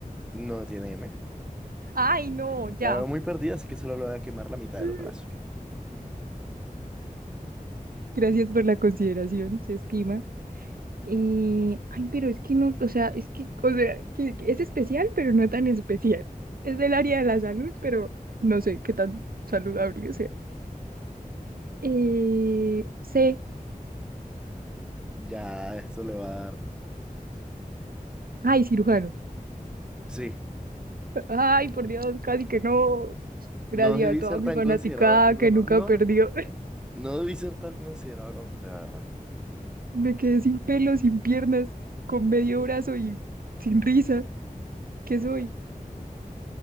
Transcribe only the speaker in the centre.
No tiene M.
La veo muy perdida, así que solo le voy a quemar la mitad
del brazo.
Ya, esto le va a dar.
Sí.
No debí
ser
tan
considerado. No,
no,
no debí ser tan considerado como usted, la verdad.